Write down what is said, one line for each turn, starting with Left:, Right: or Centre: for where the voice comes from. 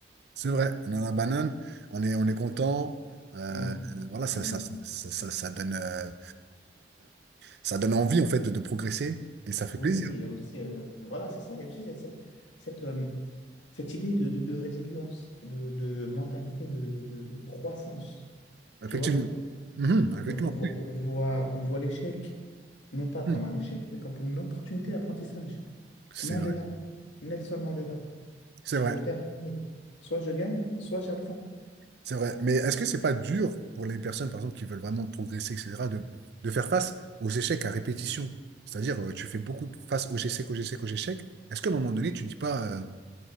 Right: C'est vrai, on a la banane, on est, on est content. euh,
Left: On-
Right: euh, voilà, ça,
Left: on-
Right: ça, ça, ça, ça- ça donne, euh, ça donne envie en fait de, de progresser et ça fait
Left: Oui,
Right: plaisir,
Left: oui, il y a aussi... euh, voilà, c'est ça. Il y a aussi cette, cette, cette, euh, cette idée de, de, de résilience, et de, de mentalité de, de, de- de croissance,
Right: effectivement.
Left: tu vois.
Right: Mhm, effectivement.
Left: On, on voit, on voit, on voit l'échec, non pas comme
Right: Hmm.
Left: un échec, mais comme une opportunité d'apprentissage.
Right: C'est
Left: Mandela,
Right: vrai,
Left: Nelson Mandela.
Right: c'est
Left: Je
Right: vrai,
Left: ne perds jamais. Soit je gagne, soit j'apprends.
Right: c'est vrai. Mais est-ce que c'est pas dur pour les personnes, par exemple, qui veulent vraiment progresser, etc., de, de faire face aux échecs à répétition? C'est-à-dire, euh, tu fais beaucoup de- face aux échecs, aux échecs, aux échecs. Est-ce qu'à un moment donné, tu dis pas, euh,